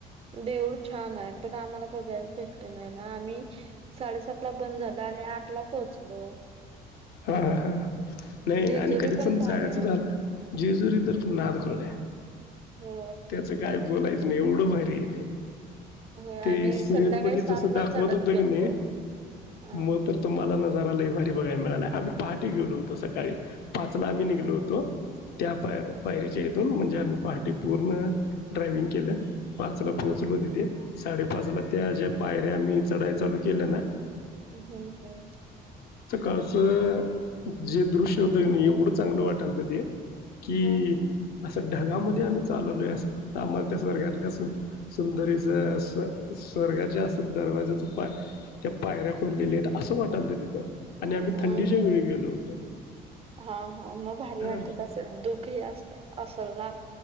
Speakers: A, on the right; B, on the left.
A: देऊळ छान हाय पण आम्हाला बघायच भेटल नाही ना आम्ही साडेसात ला बंद झाला आणि आ टला पोचलो.
B: हा हा हा. नाही
A: जेजुरी
B: आणि कधी पण
A: भारी
B: जायचं
A: आहे.
B: झालं जीजुरी तर नादखू खुळाय
A: हो
B: त्याच काय बोलायचं नाही एवढं भारीयाय ते.
A: होय
B: ते
A: आम्ही
B: सिरियल
A: संध्याकाळी
B: मध्ये
A: सात
B: जसं दाखवत
A: ला चढत
B: होत
A: गेलतो.
B: की नई
A: अ
B: म तर तुम्हाला नजारा लईभा बघाय मिळालाय आम्ही पहाटी गेलो
A: अ
B: होतो सकाळी पाचला आम्ही निघलो होतो. त्या पाय पायरीच्या इथून म्हणजे आम्ही पहाटे पूर्ण ड्रायविंग केलं. पाचला पोहोचलो
A: हम्म
B: तिथे साडेपाच ला त्या ज्या पायऱ्या आम्ही चढाई चालू केल्या ना.
A: अ हम्म ह.
B: असं जे दृश्य होत कने एवढं चांगलं वाटालत ते कि
A: हम्म
B: असं ढगामध्ये आम्ही चालालोय असं फक्त आम्हाला त्या स्वर्गातल्या सुं सुंदरीच स्व स्वर्गाच्या दरवाज्याच पाय त्या पायऱ्या खोल्लेल्या आहेत असं वाटालत तिथं. आणि
A: हम्म
B: आम्ही थंडीच्या वेळी गेलो होतो.
A: हा हा मग भारी
B: हा
A: वाटत असेल धुक ही असत असेल ना?